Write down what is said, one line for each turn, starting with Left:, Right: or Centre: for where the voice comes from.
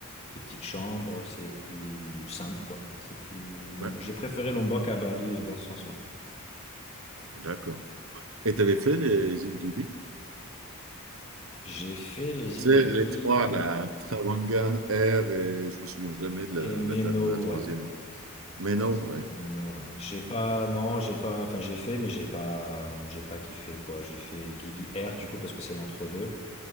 Left: des petites chambres. C'est plus simple, quoi. C'est plus... Moi,
Right: Ouais,
Left: J'ai préféré Lombok à Bali euh, dans ce sens-là.
Right: d'accord. Et t'avais fait les îles Gili?
Left: J'ai fait les
Right: Tu
Left: îles
Right: sais,
Left: Gili
Right: les trois,
Left: oui,
Right: la Travangan, R, et je me souviens jamais de la,
Left: et Meno,
Right: la date de la troisième.
Left: ouais.
Right: Mais
Left: C'est
Right: non,
Left: ça,
Right: ouais,
Left: Meno, ouais. J'ai pas, non, j'ai pas, enfin, j'ai fait, mais j'ai pas, j'ai pas kiffé, quoi. J'ai fait Gili Air, du coup, parce que c'est l'entre-deux.